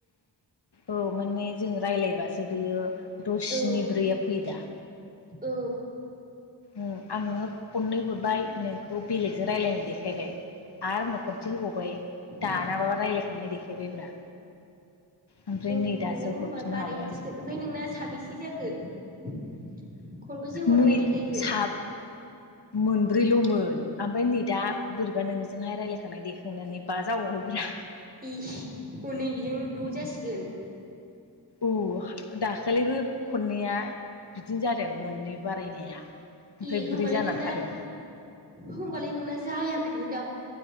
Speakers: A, on the left (about 65°); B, on the right (about 20°).
A: औ माने जों रायलाबासो जोबोयो द' स्नि
B: औ
A: ब्रैया फैयोदा।
B: औ
A: ओ आंङो खननै हरबाय नोंखौ बेलेगजों रायलायनाय देखायबाय। आरो उनाव खनसे होबावबाय दानाबाबा
B: इ
A: रायलायखांनाय देखायबायब्रा। ओमफ्राय
B: औ
A: नै दासो
B: नोंनाबो होनबा
A: हरफिननो
B: बारायहैदि
A: हाबाय आं
B: सिगोन ओमफाय नोंना। साबेसे जाखो? खो खनबैसे हरनाय
A: नै
B: देखायखो।
A: साब मोनब्रैल'मोन आमफाय नै दा बोरैबा नोंजोंहाय रायज्लायखांनाय देखांनानै बा जाबावबाय ब्रा।
B: इ हनै बेजों द' जासिगोन।
A: औ दाखालिबो खननैया बिदिनो जादों मोननै बारायनाया। ओमफ्राय
B: ए होमबालाय
A: ब्रै जानानै
B: नोंना
A: थादों
B: होमबालाय नोंना जायाखैनो दाबो